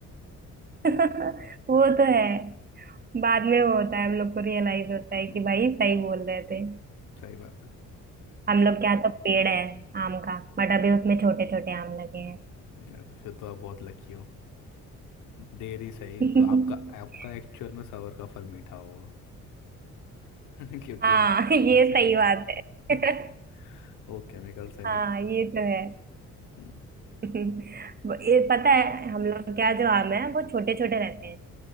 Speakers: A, on the right; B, on the left.
A: <laughs> वो तो है बाद
B: हम्म,
A: में वो होता है हम लोग को रियलाइज होता है
B: हम्म,
A: कि भाई सही बोल रहे थे
B: सही बात है
A: हम लोग क्या तो पेड़ है आम का बट अभी उसमें छोटे छोटे आम लगे हैं
B: अरे, फिर तो आप बहुत लकी हो देर ही सही
A: <laughs>
B: आपका आपका एक्चुअल में सबर का फल मीठा होगा <laughs> क्योंकि
A: हाँ
B: वो केमिकल
A: ये
B: से
A: सही
B: नहीं
A: बात है
B: पका
A: <laughs>
B: <laughs> वो केमिकल से नहीं
A: हाँ
B: पका
A: ये तो है
B: हम्म,
A: <laughs> ये पता है हम लोग क्या जो आम है वो छोटे छोटे रहते हैं